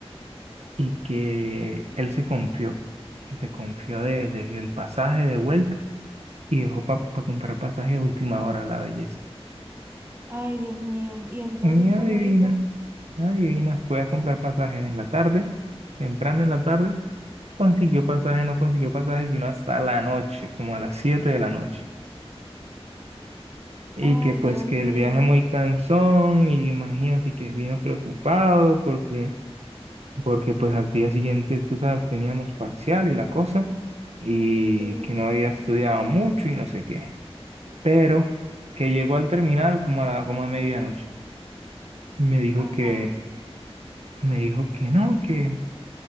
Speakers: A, on the right (about 80°); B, on the right (about 20°).
A: y que él se confió, que se confió de, de- del pasaje de vuelta y dejó para comprar pasajes a última hora a la belleza.
B: Ay, Dios mío. ¿Y entonces
A: Y
B: cómo
A: adivina,
B: hizo?
A: adivina, fue a comprar pasajes en la tarde, temprano en la tarde, consiguió pasaje, no consiguió pasaje, sino hasta la noche, como a las 7 de la noche. Y
B: Ay,
A: que pues
B: Dios
A: que
B: mío.
A: el viaje muy cansón, y imagínate que vino preocupado porque porque pues al día siguiente, tú sabes, teníamos parcial y la cosa, y
B: Sí.
A: que no había estudiado mucho y no sé qué. Pero que llegó al terminal como a la, como a medianoche y me dijo
B: Ajá.
A: que, me dijo que no, que,